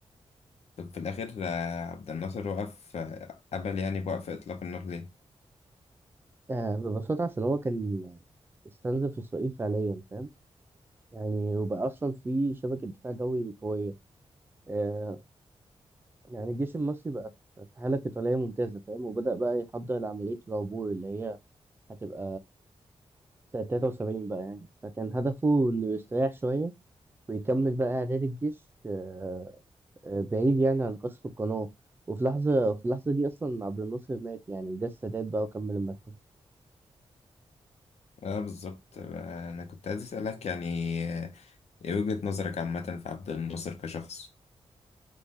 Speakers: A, on the left (about 80°); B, on the right (about 20°).
A: طب في الآخر آه، عبد الناصر وقف آه، قبل يعني بوقف إطلاق النار ليه؟
B: آه ببساطة عشان هو كان استنزف إسرائيل فعليا فاهم يعني وبقى أصلا في شبكة دفاع جوي قوية آه، يعني الجيش المصري بقى في في حالة قتالية ممتازة فاهم وبدأ بقى يحضر لعملية العبور اللي هي هتبقى سنة 73 بقى يعني فكان هدفه إنه يستريح شوية ويكمل بقى إعداد الجيش آه، آه، بعيد يعني عن قصف القناة وفي لحظة في اللحظة دي أصلا عبد الناصر مات يعني وجه السادات بقى وكمل المرحلة
A: اه بالظبط آه، أنا كنت عايز أسألك يعني آه، ايه وجهة نظرك عامة في عبد الناصر كشخص؟